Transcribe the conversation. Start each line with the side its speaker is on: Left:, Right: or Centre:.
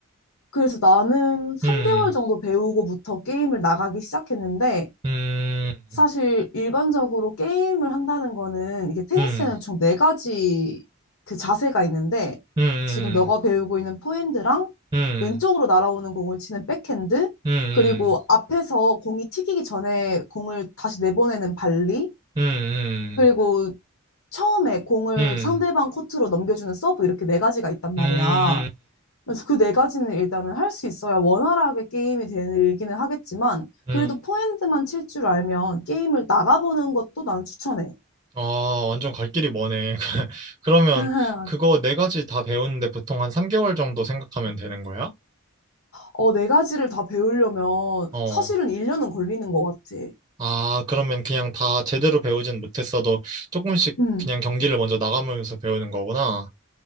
Left: 그래서 나는 3개월
Right: 음.
Left: 정도 배우고부터 게임을 나가기 시작했는데,
Right: 음. 음.
Left: 사실
Right: 음.
Left: 일반적으로 게임을 한다는 거는 이게 테니스는
Right: 음.
Left: 총 네 가지 그 자세가 있는데
Right: 음.
Left: 지금 너가
Right: 음.
Left: 배우고 있는 포핸드랑
Right: 음,
Left: 왼쪽으로 날아오는 공을 치는 백핸드
Right: 음,
Left: 그리고 앞에서 공이 튀기기 전에 공을 다시 내보내는 발리
Right: 음,
Left: 그리고
Right: 음,
Left: 처음에 공을
Right: 음,
Left: 상대방 코트로 넘겨주는 서브 이렇게 네 가지가 있단 말이야.
Right: 음, 음, 음,
Left: 그래서 그 네 가지는 일단은 할 수 있어야 원활하게 게임이 되기는 하겠지만,
Right: 음.
Left: 그래도 포핸드만 칠 줄 알면 게임을 나가보는 것도 난 추천해.
Right: 아, 완전 갈 길이 머네. <laughs> 그러면
Left: <laughs> 맞아.
Right: 그거 네 가지 다 배우는데 보통 한 3개월 정도 생각하면 되는 거야?
Left: 어, 네 가지를 다 배우려면
Right: 어.
Left: 사실은 1년은 걸리는 것 같아.
Right: 아, 그러면 그냥 다 제대로 배우진 못했어도 조금씩
Left: 음,
Right: 그냥 경기를 먼저 나가면서 배우는 거구나.